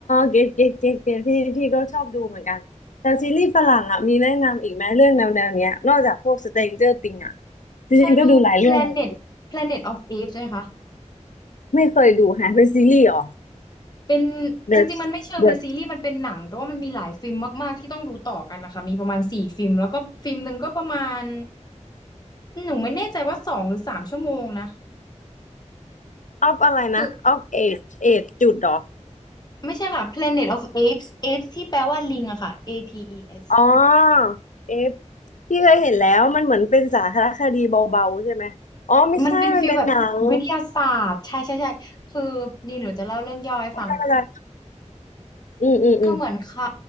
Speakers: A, on the left (about 85°); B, on the left (about 35°).
A: เกตเกตเกตเกตพี่พี่ก็ชอบดูเหมือนกันแต่ซีรีส์ฝรั่งอ่ะมีแนะนำอีกไหมเรื่องแนวแนวเนี้ยนอกจากพวก Stranger Things อ่ะจริงๆก็ดูหลายเรื่องเลย
B: เคยดู Planet Planet of Apes ไหมคะ
A: ไม่เคยดูฮะเป็นซีรีส์เหรอ
B: เป็น
A: The
B: จริงๆ มันไม่เชิงเป็นซีรีส์มันเป็นหนังแต่ว่ามันมีหลายฟิล์มมากๆที่ต้องดูต่อกันนะคะ
A: The
B: มีประมาณสี่ฟิล์มแล้วก็ฟิล์มหนึ่งก็ประมาณหนูไม่แน่ใจว่าสองหรือสามชั่วโมงนะ
A: ออฟอะไรนะออฟเอจเอจจุดเหรอ
B: คือไม่ใช่ค่ะ Planet of Apes Apes ที่แปลว่าลิงอะค่ะ A P E S
A: อ๋อเอฟพี่เคยเห็นแล้วมันเหมือนเป็นสารคดีเบาๆใช่ไหมอ๋อไม่ใช่มันเป็นหนัง
B: มันเป็นฟิลแบบวิทยาศาสตร์ใช่ใช่ใช่คือนี่หนูจะเล่าเรื่องย่อให้ฟัง
A: อะไรอะไรอืมอืมอืม
B: ก็เหมือนค่ะ